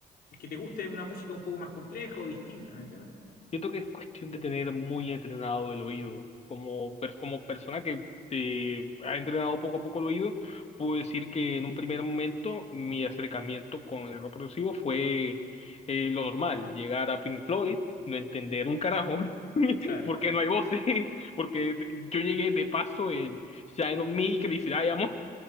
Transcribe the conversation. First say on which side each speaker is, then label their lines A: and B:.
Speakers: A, on the left (about 70°); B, on the left (about 40°).
A: es que te guste una música un poco más compleja o distinta, ¿me entiendes?
B: Siento que es cuestión de tener muy entrenado el oído. Como, per- como persona que te ha entrenado poco a poco el oído, puedo decir que en un primer momento mi acercamiento con el rock progresivo fue eh, lo normal, llegar a Pink Floyd, no entender un carajo, <laughs>
A: Claro,
B: porque no hay voces, <laughs> porque yo llegué de paso en Shine on Me, Crazy Diamond,